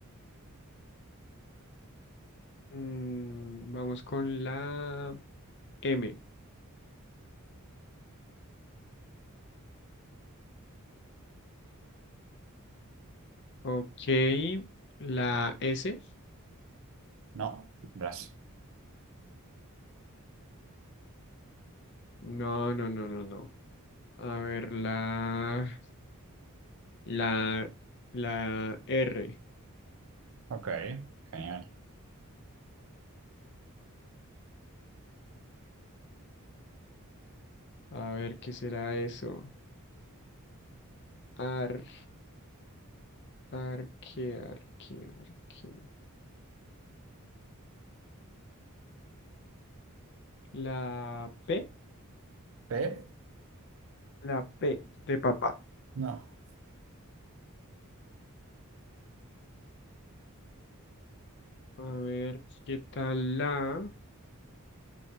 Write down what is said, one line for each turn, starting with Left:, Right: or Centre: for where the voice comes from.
Left: Mm, vamos con la M. Ok, la S.
Right: no, brazo.
Left: No, no, no, no, no. A ver, la... La, la R.
Right: Ok, genial.
Left: A ver, ¿qué será eso? Ar, arque, arque, arque. La P.
Right: P,
Left: La P de papá.
Right: No.
Left: A ver, ¿qué tal la?